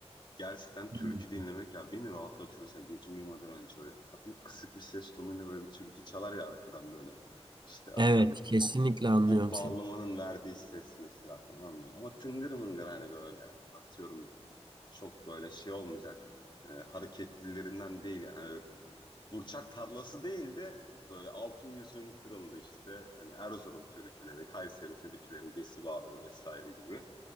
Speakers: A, on the left; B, on the right.
A: Gerçekten türkü
B: Hmm.
A: dinlemek ya beni rahatlatıyor. Mesela gece uyumadan önce böyle hafif kısık bir ses tonuyla böyle bir türkü çalar ya arkadan böyle. İşte atıyorum
B: Evet, kesinlikle anlıyorum
A: o bağlamanın
B: seni.
A: verdiği ses mesela tamam mı? böyle. Ama tıngır mıngır hani böyle atıyorum çok böyle şey olmayacak e, hareketlilerinden değil yani. Hani burçak tarlası değil de böyle altın yüzüğüm kırıldı işte. Hani Erzurum türküleri, Kayseri türküleri, Gesi Bağları vesaire gibi.